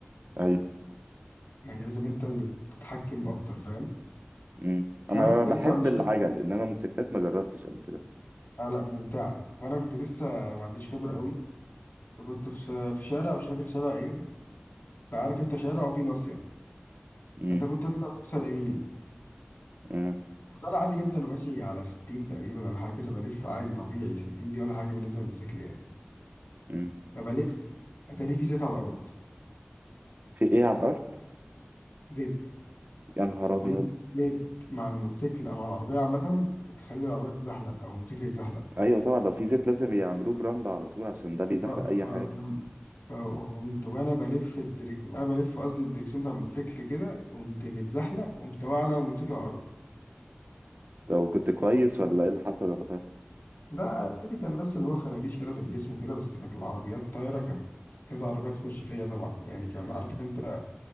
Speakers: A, on the right; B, on the left.
A: أيوه
B: يعني لازم أنت اللي تتحكم أكتر فاهم
A: مم.
B: فأنا
A: أنا
B: كنت
A: بحب
B: لسه ما عنديش
A: العجل
B: خبرة
A: إنما موتوسيكلات ما جربتش قبل كده بصراحة
B: آه لا ممتعة فأنا كنت لسه ما عنديش خبرة قوي فكنت في س- في شارع مش فاكر شارع ايه فعارف انت شارع وفي ناصية
A: مم.
B: فانت المفروض تطلع تكسر يمين
A: آه.
B: فطلع عادي جدا انا ماشي على 60 تقريبا ولا حاجة كده بلف عادي طبيعي 60 دي ولا حاجة بالنسبة للموتوسيكل يعني
A: مم.
B: فبلف اتاري في زيت على الأرض
A: في ايه على الارض
B: زيت
A: يا نهار
B: وانت
A: ابيض
B: زيت مع الموتوسيكل أو مع العربية عامة بتخلي العربية تتزحلق أو الموتوسيكل يتزحلق
A: ايوه طبعا لو في زيت لازم يعملوه برمل على طول عشان ده بيزحلق
B: اه ف
A: اي حاجه
B: فقمت وانا بلف الدريك وانا بلف قصدي الدريكسيون بتاع الموتوسيكل كده قمت متزحلق قمت واقع انا والموتوسيكل على الارض
A: لو كنت كويس ولا ايه اللي حصل وقتها
B: ده عادي كان بس اللي هو خرابيش كده في الجسم وكده بس كانت العربيات طايرة كانت كذا عربية تخش فيا طبعا يعني كان عارف انت